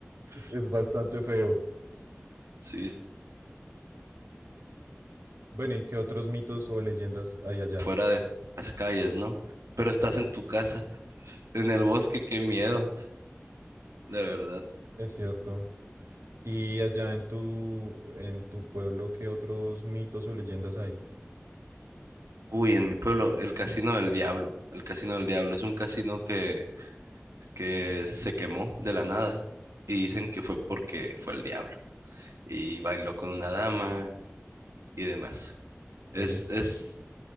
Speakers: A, on the right; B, on the right.
A: Es
B: <laughs>
A: bastante feo.
B: Sí,
A: Bueno, ¿y qué otros mitos o leyendas hay allá?
B: fuera de las calles, ¿no? Pero estás en tu casa, en el bosque, qué miedo, la verdad.
A: Es cierto. ¿Y allá en tu, en tu pueblo, qué otros mitos o leyendas hay?
B: Uy, en mi pueblo, el Casino del Diablo. El Casino del Diablo es un casino que, que se quemó de la nada y dicen que fue porque fue el diablo y bailó con una dama y demás. Es,
A: Oye,
B: es,
A: pero,